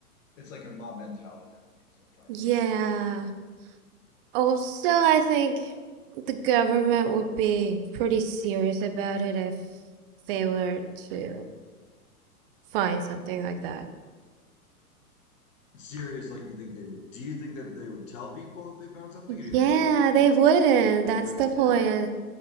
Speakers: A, on the left (about 55°); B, on the right (about 35°).
A: it's like a mob mentality kind of thing, is what I'm trying
B: Yeah.
A: to say.
B: Also, I think the government would be pretty serious about it if they were to find something like that.
A: serious like you think they would do you think that they would tell people if they found something or do you
B: Yeah,
A: think they would try
B: they
A: to keep
B: wouldn't.
A: it a secret
B: That's
A: oh you
B: the
A: do
B: point.